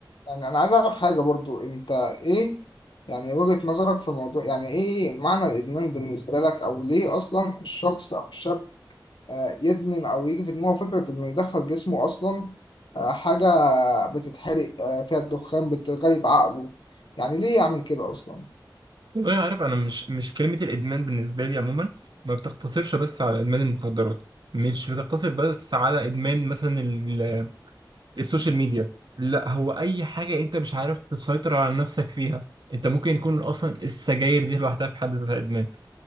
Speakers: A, on the left; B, on the right.
A: يعني انا عايز اعرف حاجه برضو انت ايه يعني وجهه نظرك في الموضوع يعني ايه معنى الادمان بالنسبه لك او ليه اصلا الشخص او الشاب آه، يدمن او يجي في دماغه فكره انه يدخل جسمه اصلا آه، حاجه بتتحرق آه، فيها دخان بتغيب عقله يعني ليه يعمل كده اصلا
B: والله عارف انا مش مش كلمه الادمان بالنسبه لي عموما ما بتقتصرش بس على ادمان المخدرات مش بتقتصر بس على ادمان مثلا ال- ال- السوشيال ميديا لا هو اي حاجه انت مش عارف تسيطر على نفسك فيها انت ممكن يكون اصلا السجاير دي لوحدها في حد ذاتها ادمان